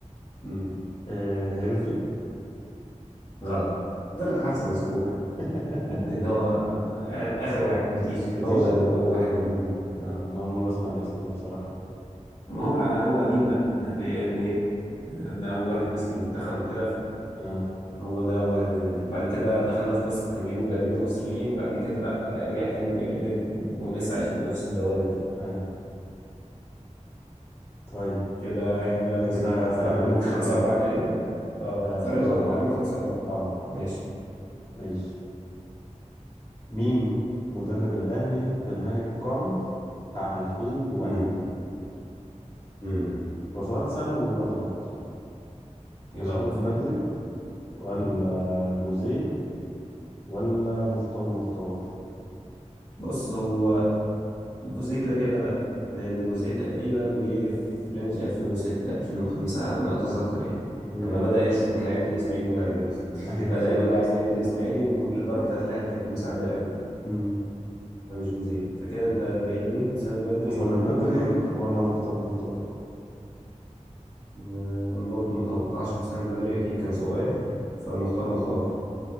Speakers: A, on the left; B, on the left.
A: امم
B: آه هيرفي
A: غلط قلت لك حافظ
B: اه
A: على السكور
B: <laughs>
A: اللي هو اخر واحد بيتيش
B: بتيش
A: هو ده اللي اول واحد جابوه ال- اه
B: انا اول مرة اسمع الاسم ده بصراحة
A: ما هو هو قديم بقى هتلاقيه يعني ايه آه، ده اول واحد مسك المنتخب وكده
B: اه
A: فهو ده اول واحد اجنبي بعد كده دخلنا في قصه هنجيب مدربين مصريين بعد كده لا ارجع تاني للاجانب ولسه عايشين نفس الدوامه دي
B: اي طيب
A: كده
B: آه،
A: احنا
B: انت
A: ما
B: كده
A: زلت انا فارق
B: فرق
A: عنك
B: نقطة
A: خمسة
B: ليك
A: أربعة تقريبا اه
B: آه
A: فرق
B: خمسة
A: نقطة
B: أربعة
A: تقريبا خمسة أربعة
B: اه
A: ماشي
B: ماشي مين مدرب الأهلي في نهاية القرن بتاع 2001
A: مم. امم
B: هو سؤال سهل ويلخبط
A: يلخبط
B: حسام البدري
A: فعلا
B: ولا
A: مم.
B: جوزيه ولا مختار مختار
A: بص هو جوزيه كده كده لا لان جوزيه تقريبا جه في رينج 2006 2005 على ما اتذكر يعني
B: امم
A: لما بدأ يشفط لعيبه الاسماعيلي من عندنا <laughs>
B: ايوه
A: بدأ يقول عايز لعيبه الاسماعيلي والاداره بتاعت الاهلي كانت مساعداه قوي يعني
B: <laughs> امم
A: فمش جوزيه فكده انت باقي لي مين حسام البدري
B: حسام
A: ولا
B: البدري
A: مين مختار مختار
B: ولا مختار مختار
A: آه، انا برضو متوقعش حسام البدري اكيد كان صغير فمختار مختار